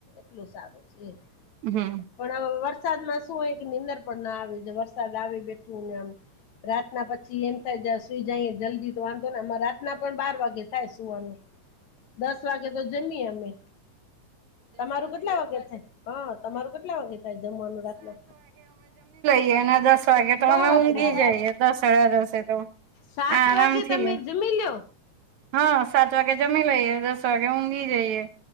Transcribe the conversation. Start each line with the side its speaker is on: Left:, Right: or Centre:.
Left: એટલું સારું છે.
Right: હુમ્મ,
Left: પણ અવે વરસાદમાં શું ઓય કે નીંદર પણ ના આવે છે વરસાદ આવે બેઠ્ઠુ ને આમ રાતના પછી એમ જાય સુઈ જાએ જલ્દી તો વાંધો નઈ એમા રાત તના પણ બાર વાગે થાય સુવાનું, દસ વાગે તો જમીએ અમે. તમારું કેટલા વાગે થાય? હ, તમારું કેટલા વાગે થાય જમવાનું રાતના?
Right: ત્યાના દસ વાગે તો
Left: બાપરે
Right: અમે ઊંઘી
Left: બાપ
Right: જઈએ દસ સાડા દસે તો.
Left: સાત
Right: આરામથી
Left: વાગે તમે જમી લ્યો.
Right: હા સાત વાગે જમી લઈએે દસ વાગે ઊંઘી જઈએ